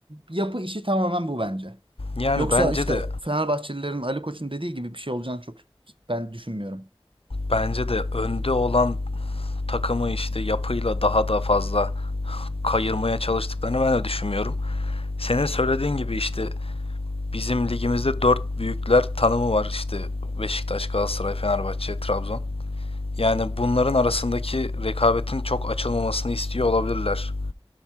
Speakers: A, on the right (about 60°); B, on the left (about 75°).
A: yapı işi tamamen bu bence.
B: Yani
A: Yoksa
B: bence
A: işte
B: de
A: Fenerbahçelilerin Ali Koç'un dediği gibi bir şey olacağını çok ben düşünmüyorum.
B: bence de önde olan takımı işte yapıyla daha da fazla kayırmaya çalıştıklarını ben de düşünmüyorum. Senin söylediğin gibi işte Bizim ligimizde dört büyükler tanımı var işte Beşiktaş, Galatasaray, Fenerbahçe, Trabzon. Yani bunların arasındaki rekabetin çok açılmamasını istiyor olabilirler.